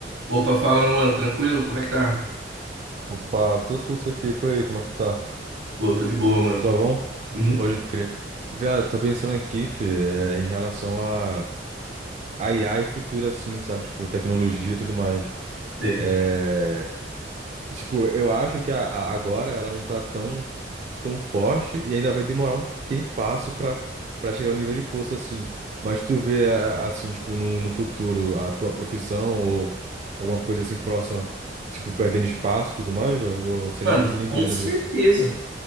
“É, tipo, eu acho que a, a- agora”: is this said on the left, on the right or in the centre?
Right